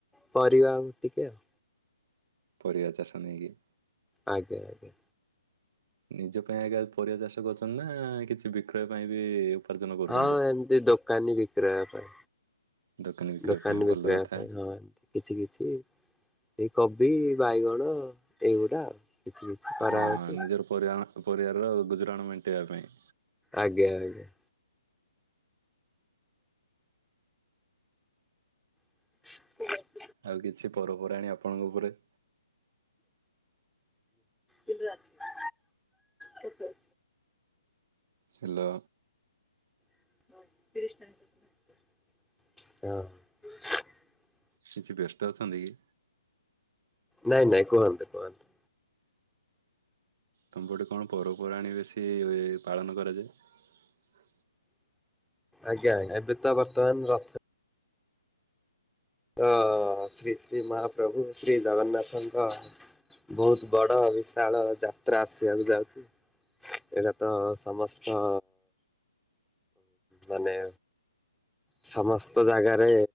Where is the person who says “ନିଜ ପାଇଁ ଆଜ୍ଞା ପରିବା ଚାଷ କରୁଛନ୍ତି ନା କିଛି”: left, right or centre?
Right